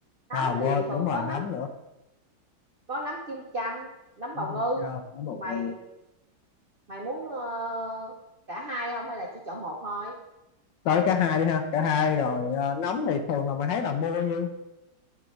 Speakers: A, on the right (about 50°); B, on the left (about 70°).
A: nấm
B: à
A: thì
B: quên
A: thường
B: đúng rồi
A: có nấm
B: nấm nữa
A: có nấm kim châm nấm
B: nấm
A: bào ngư
B: thiên châu nấm bột
A: mày
B: ngô
A: mày muốn ờ, cả hai không hay là chỉ chọn một thôi
B: tới cả hai đi ha cả hai rồi ờ, nấm thì thường là mình thấy là mua bao nhiêu